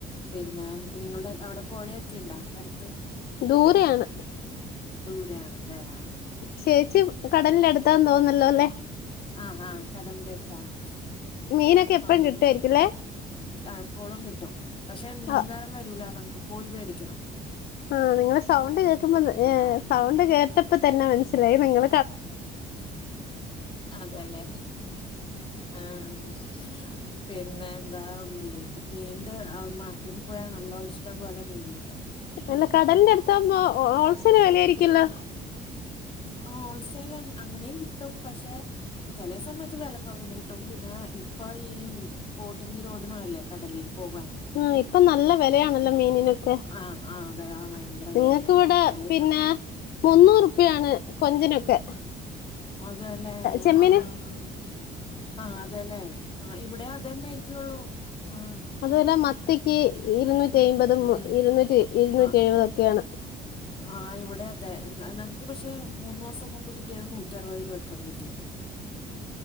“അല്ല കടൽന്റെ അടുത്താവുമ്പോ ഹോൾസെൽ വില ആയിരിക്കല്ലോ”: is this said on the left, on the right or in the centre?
Left